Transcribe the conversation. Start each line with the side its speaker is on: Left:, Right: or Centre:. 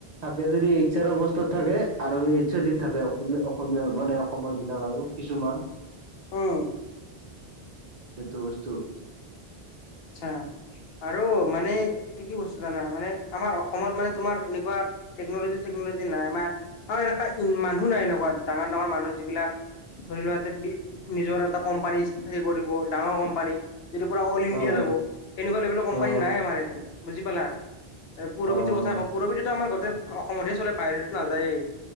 Right: থাকে যদি ইচ্ছাৰ অ বস্তু থাকে <unintelligible> আৰু এইচ ডিত থাকে অসমীয়া মানে অসমৰ বিলাক আৰু কিছুমান।
Left: উম।
Right: এইটো বস্তু।
Left: আচ্ছা আৰু মানে এইটো কি বস্তু জানা মানে আমাৰ অসমত মানে তোমাৰ এনেকুৱা। টেকনলজি ঠেকনলজি নাই, এনেকুৱা মানুহ নাই এনেকুৱা ডাঙৰ ডাঙৰ মানুহ যিবিলাক। ধৰি লোৱা সতে নিজৰ এটা কোম্পানী হেৰি কৰিব ডাঙৰ কোম্পানী যিটো পুৰা।
Right: অ',
Left: দিয়া যাব এনেকুৱা লেভেলৰ কোম্পানী
Right: অ',
Left: নাই আমাৰ ইয়াতে বুজি পালা? এ' পুৰৰবিতৰ
Right: অ',
Left: কথা কওঁ পুৰৰবিততো আমাৰ গোটতে অসমতহে চলে বাহিৰতো নাযায়েই।